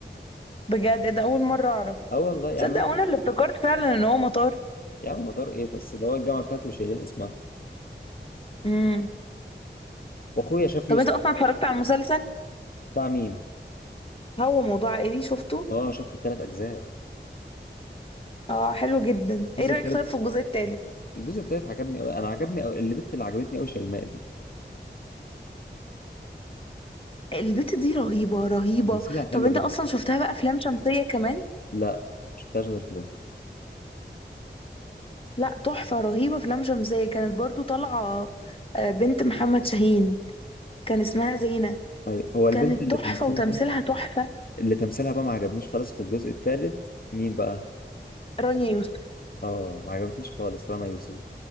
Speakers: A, on the left; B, on the left.
A: بجد إيه ده اول مرة اعرف
B: اه والله يعني
A: تصدق
B: انا
A: وانا اللي افتكرت فعلا ان هو مطار
B: يا عم مطار ايه بس ده هو الجامعه بتاعتي وشايلين اسمها
A: امم
B: واخويا شاف
A: طب
B: يوسف
A: انت اصلا اتفرجت على المسلسل
B: بتاع مين
A: هو موضوع عائلي شفته
B: اه شفت الثلاث اجزاء
A: اه حلو جدا
B: الجزء
A: ايه رأيك
B: الثالث
A: طيب في الجزء الثالث
B: الجزء الثالث عجبني قوي انا عجبني قوي اللي بنت اللي عجبتني قوي شيماء دي
A: البت دي رهيبة رهيبة
B: تمثيلها حلو
A: طب انت
B: قوي
A: اصلا شفتها بقى افلام شمسية كمان
B: لا مش غير في ده
A: لا تحفة رهيبة افلام شمسية كانت برضو طالعة آه، بنت محمد شاهين كان اسمها زينة
B: ايوه هو البنت
A: كانت
B: اللي
A: تحفة
B: تمثيلها
A: وتمثيلها تحفة
B: اللي تمثيلها بقى ما عجبنيش خالص في الجزء الثالث مين بقى
A: رانيا يوسف
B: اه ما عجبتنيش خالص رنا يوسف